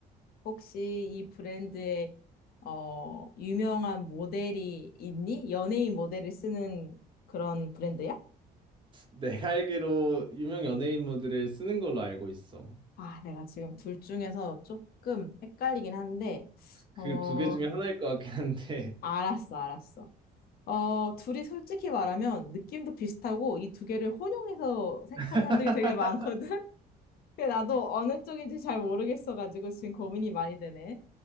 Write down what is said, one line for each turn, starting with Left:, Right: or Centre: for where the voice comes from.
Left: 혹시 이 브랜드에 어, 유명한 모델이 있니? 연예인 모델을 쓰는 그런 브랜드야?
Right: 내가 알기로 유명 연예인 모들을 쓰는 걸로 알고 있어.
Left: 아, 내가 지금 둘 중에서 조금 헷갈리긴 한데,
Right: 그
Left: 어,
Right: 두 개 중에 하나일 것 같긴 한데.
Left: 알았어, 알았어. 어, 둘이 솔직히 말하면 느낌도 비슷하고 이 두 개를 혼용해서 생각하는
Right: <laughs>
Left: 사람들이 되게 많거든? <laughs> 근데 나도 어느 쪽인지 잘 모르겠어가지고 지금 고민이 많이 되네.